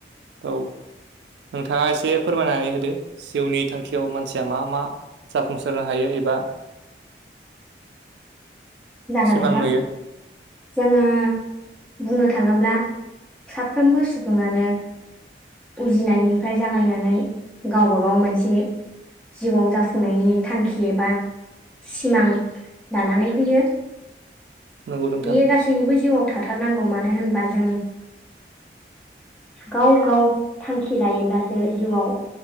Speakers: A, on the right; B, in the centre.
A: औ नोंथाङा एसे फोरमायनानै होदो जिउनि थांखियाव मानसिया मा मा जाफुंसारनो हायो एबा
B: जागोन
A: सिमां
B: नोंथां
A: नुयो
B: जोङो बुंनो था ङोब्ला साफ्रोबो सुबुङानो उजिनायनिफ्राय जागायनानै गावबागाव मोनसे जिउआव जाफुंनायनि थांखि एबा सिमां लानानै फैयो।
A: नंगौ नोंथां
B: बेयो गासैनिबो जिउआव थाथारनांगौ मानो होनबा जों गाव गाव थांखि लायोब्लासो जिउआव